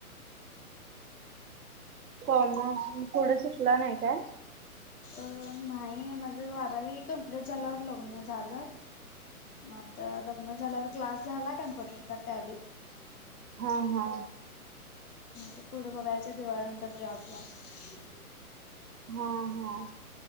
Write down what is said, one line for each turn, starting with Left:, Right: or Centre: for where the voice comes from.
Right: कोम पुुढं शिकला नाही काय.
Left: अ नाही माझं वारावी कम्प्लीट झाल्यावर लग्न झालं. मग आता लग्न झाल्यावर क्लास झाला कम्प्युटरचा त्याॅलीत.
Right: हा हा.
Left: त पुढं बघायच्या दिवाळ नंतर जॉब ला. ह.
Right: हा हा